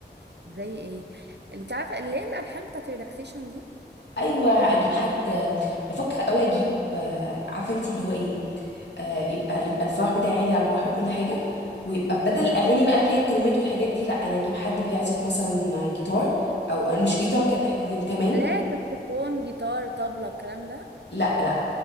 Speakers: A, on the right; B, on the left.
A: زي ايه انت عارفه اللي هي الالحان بتاعت ريلاكسيشن دي
B: ايوه اجيب حد آه، بفكر قوي اجيب آه، عارفه انت اللي هو ايه آه، يبقى يبقى الفرح بتاعي عادي على البحر وكل حاجه ويبقى بدل الاغاني بقى اللي هي الكلمات والحاجات دي لا انا اجيب حد بيعزف مثلا جيتار او آه، مش جيتار كان تحديدا كمان
A: لا ساكسفون جيتار طبلة الكلام ده
B: لا لا